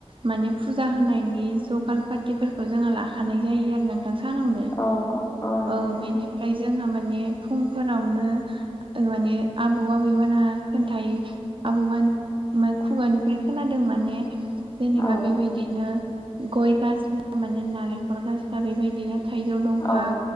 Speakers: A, on the right; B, on the left.
A: माने फुजा होनायनि जगाल पातिफोरखौ जों हा लाखानाय जायो आरो ना सानावनो
B: औ नंगौ
A: औ
B: नोंथां
A: बेनिफ्राय जोंहा माने फुंफोरावनो माने आबौ आबैमोनहा खोन्थायो। आबौमोन खुगानिफ्राय खोनादों माने जेनेबा
B: औ
A: बेबायदिनो गय गास्ला माने नालेंखर गास्ला बेबायदिनो थाइजौ दंफां
B: औ